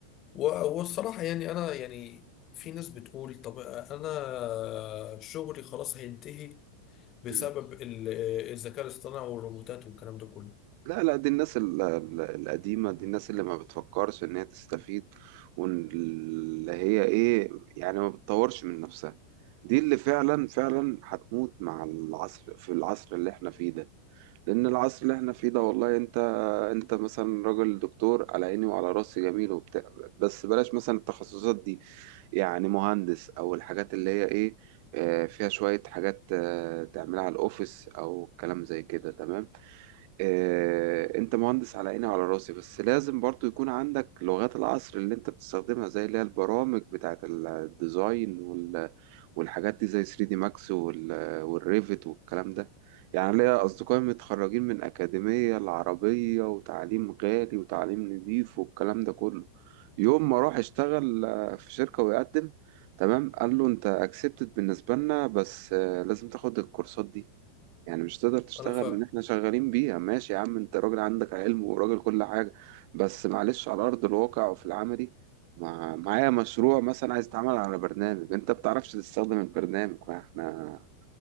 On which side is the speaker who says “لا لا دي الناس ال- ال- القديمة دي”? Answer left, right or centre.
Right